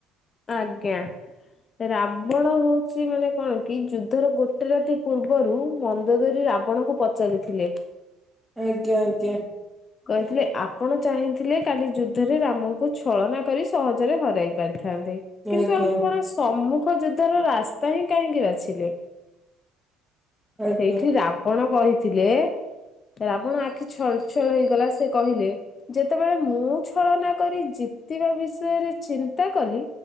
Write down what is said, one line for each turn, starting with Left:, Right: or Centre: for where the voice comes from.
Left: ଆଜ୍ଞା। ରାବଣ ହଉଛି ମାନେ କଣ କି ଯୁଦ୍ଧର ଗୋଟେ ରାତି ପୂର୍ବରୁ ମନ୍ଦ ଧରି ରାବ ଆପଣଙ୍କୁ ପଚାରିଥିଲେ।
Centre: ଆଜ୍ଞା ଆଜ୍ଞା।
Left: କହିଥିଲେ ଆପଣ ଚାହିଁଥିଲେ କାଲି ଯୁଦ୍ଧରେ ରାମକୁ ଛଳନା କରି ସହଜରେ ହରାଇ ପାରିଥାନ୍ତେ। କିନ୍ତୁ
Centre: ଆଜ୍ଞା
Left: ଆପଣ ସମ୍ମୁଖ ଯୋଦ୍ଧାର ରାସ୍ତା ହିଁ କାହିଁକି ବାଛିଲେ।
Centre: ଆଜ୍ଞା
Left: ସେଇଠି ରାବଣ କହିଥିଲେ ରାବଣ ଆଖି ଛଳ ଳ ହେଇଗଲା ସେ କହିଲେ। ଯେତେବେଳେ ମୁଁ ଛଳନା କରି ଜିତିବା ବିଷୟରେ ଚିନ୍ତା କଲି